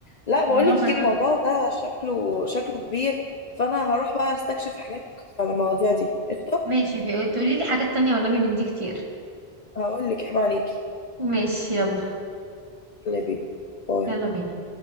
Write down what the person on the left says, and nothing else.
لا بقولك
إيه، الموضوع
ده شكله شكله كبير فانا هروح بقى استكشف حاجات اكتر عن المواضيع دي قشطه
هقولك عيب عليكي
اللي بيه باي.